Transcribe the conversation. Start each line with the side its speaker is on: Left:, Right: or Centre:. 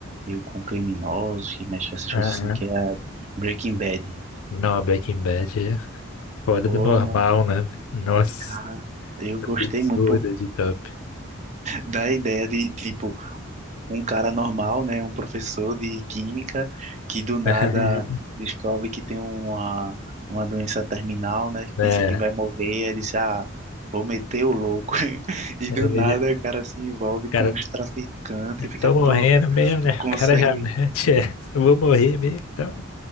Right: meio com criminosos, que mexe com essas
Left: Aham.
Right: coisas assim, que é a Breaking Bad.
Left: Não, a Breaking Bad é fora
Right: Pô,
Left: do normal,
Right: mano,
Left: né? Nossa,
Right: cara, eu gostei
Left: absurda
Right: muito
Left: de top.
Right: da ideia de, tipo, um cara normal, né, um professor de química que do
Left: <laughs>
Right: nada descobre que tem uma, uma doença terminal, né, que
Left: É,
Right: pensa que vai morrer, ele diz, ah, vou meter o louco. <laughs> E
Left: ele
Right: do nada
Left: já, o
Right: o cara se envolve
Left: cara,
Right: com os traficantes, fica
Left: tô
Right: pro,
Left: morrendo mesmo, né?
Right: consegue,
Left: O cara já mete <laughs> essa, eu vou morrer mesmo, então